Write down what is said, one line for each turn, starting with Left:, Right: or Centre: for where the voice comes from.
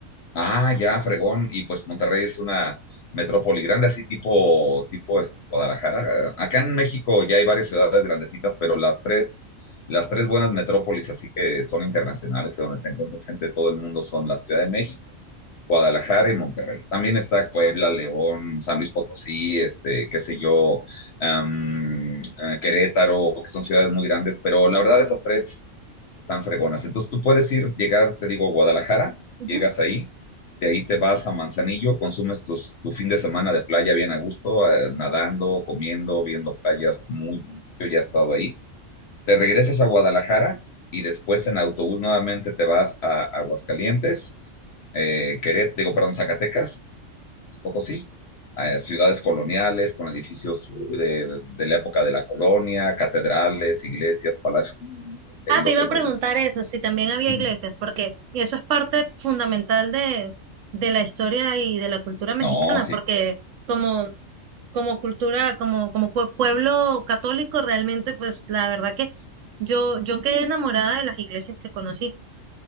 Left: Ah, ya, fregón. Y pues Monterrey es una metrópoli grande, así tipo, tipo este, Guadalajara. Eh, Acá en México ya hay varias ciudades grandecitas, pero las tres, las tres buenas metrópolis, así que son internacionales, y donde te encuentras gente de todo el mundo, son la Ciudad de México. Guadalajara y Monterrey. También está Puebla, León, San Luis Potosí, este, qué sé yo, am, eh, Querétaro, que son ciudades muy grandes, pero la verdad esas tres están fregonas. Entonces tú puedes ir, llegar, te digo, a Guadalajara,
Right: Ujú.
Left: llegas ahí, de ahí te vas a Manzanillo, consumes tus- tu fin de semana de playa bien a gusto, eh, nadando, comiendo, viendo playas muy... Yo ya he estado ahí te regresas a Guadalajara y después en autobús nuevamente te vas a Aguascalientes, eh, Queret- digo, perdón, Zacatecas, Potosí, eh, ciudades coloniales con edificios de, de la época de la colonia, catedrales, iglesias, palacios, y
Right: Ah,
Left: los
Right: te iba
Left: centros.
Right: a preguntar
Left: his-
Right: eso, si también había
Left: Ujú.
Right: iglesias, porque eso es parte fundamental de, de la historia y de la cultura mexicana,
Left: No, sí,
Right: porque como, como cultura, como, como pue- pueblo católico, realmente, pues la verdad que yo, yo quedé enamorada de las iglesias que conocí,